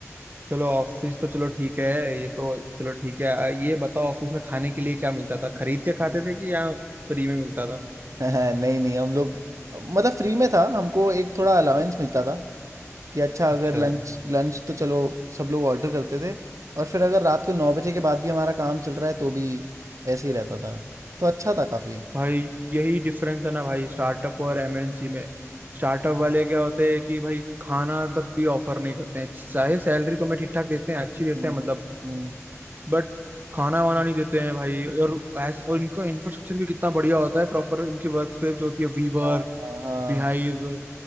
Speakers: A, on the right; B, on the right.
A: चलो ऑफिस तो चलो ठीक है ये तो चलो ठीक है आ, ये बताओ ऑफिस में खाने के लिए क्या मिलता था खरीद के खाते थे कि या फ्री में मिलता था
B: <laughs> नहीं नहीं हम लोग मतलब फ्री में था हमको एक थोड़ा अलाउंस मिलता था कि अच्छा अगर
A: अच्छा
B: लंच लंच तो चलो सब लोग ऑर्डर करते थे और फिर अगर रात को नौ बजे के बाद भी हमारा काम चल रहा है तो भी ऐसे ही रहता था तो अच्छा था काफ़ी
A: भाई यही डिफरेंस है ना भाई स्टार्टअप और एमएनसी में स्टार्टअप वाले क्या होते हैं कि भाई खाना तक भी ऑफर नहीं करते हैं चाहे सैलरी तो मैं ठीक ठाक देते हैं अच्छी देते
B: हम्म
A: हैं
B: हम्म
A: मतलब बट खाना वाना नहीं देते हैं भाई और ऐस- और इनका इंफ्रास्ट्रक्चर भी कितना बढ़िया होता है प्रॉपर इनकी वर्क स्पेस जो होती है वी वर्क
B: हाँ हाँ, हाँ।
A: बिहाइव